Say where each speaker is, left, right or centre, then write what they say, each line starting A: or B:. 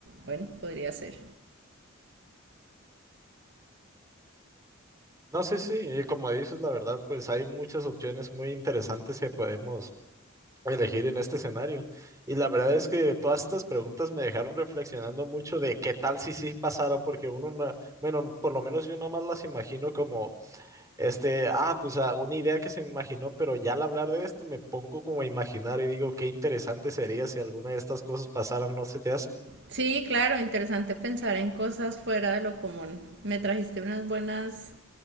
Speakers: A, on the right; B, on the right.
A: bueno, podría ser.
B: No, sí, sí, y como dices, la verdad, pues hay muchas opciones muy interesantes que podemos elegir en este escenario. Y la verdad es que todas estas preguntas me dejaron reflexionando mucho de qué tal si sí pasara, porque uno, na- bueno, por lo menos yo nada más las imagino como, este, ah, pues ah, una idea que se me imaginó, pero ya al hablar de esto me pongo como a imaginar y digo, qué interesante sería si alguna de estas cosas pasaran, ¿no se te hace?
A: Sí, claro, interesante pensar en cosas fuera de lo común. Me trajiste unas buenas